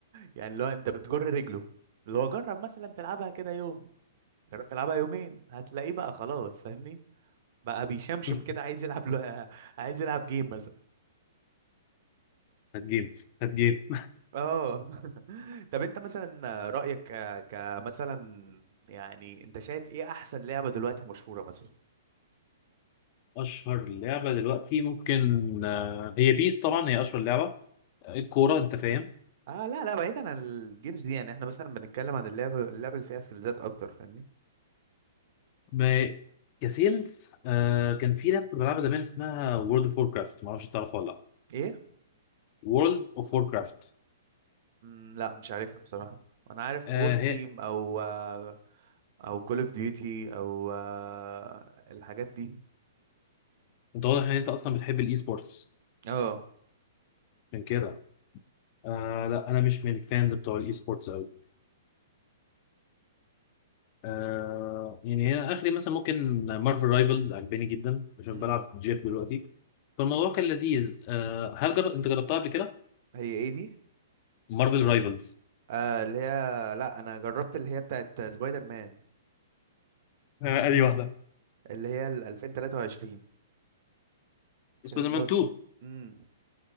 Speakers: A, on the right (about 45°); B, on the left (about 35°).
A: يعني لو انت بتجر رجله اللي هو جرب مثلا تلعبها كده يوم جرب تلعبها يومين هتلاقيه بقى خلاص فاهمني بقى بيشمشم
B: <laughs>
A: كده عايز يلعب له <laughs> عايز يلعب جيم مثلا
B: هات جيم هات جيم
A: اه <laughs> طب انت مثلا رأيك ك- كمثلا يعني انت شايف ايه احسن لعبة دلوقتي مشهورة مثلا
B: <laughs> اشهر لعبه دلوقتي ممكن آه هي بيس طبعا هي اشهر لعبه آه، الكوره انت فاهم
A: اه لا لا بعيدا عن الجيمز دي يعني احنا مثلا بنتكلم عن اللعب اللعب اللي فيها سكيلزات اكتر فاهمني
B: ما كسيلز آه كان في لعبه كنت بلعبها زمان اسمها وورلد اوف وور كرافت ما اعرفش تعرفها ولا لا
A: ايه
B: وورلد اوف وور كرافت
A: مم، لا مش عارفها بصراحه انا عارف
B: آه
A: وولف
B: هي
A: تيم او آه، او كول اوف ديوتي او آه، الحاجات دي
B: انت واضح ان انت اصلا بتحب الاي سبورتس
A: اه
B: من كده آه لا انا مش من الفانز بتوع الاي سبورتس قوي آه يعني هي اخري مثلا ممكن مارفل رايفلز عجباني جدا عشان
A: امم
B: بلعب جيف دلوقتي فالموضوع كان لذيذ آه هل جر... انت جربتها قبل كده
A: هي ايه دي
B: مارفل رايفلز
A: آه اللي هي لا انا جربت اللي هي بتاعت سبايدر مان
B: آه، ادي واحده
A: اللي هي ال 2023 كانت
B: سبايدر
A: نور
B: مان 2
A: امم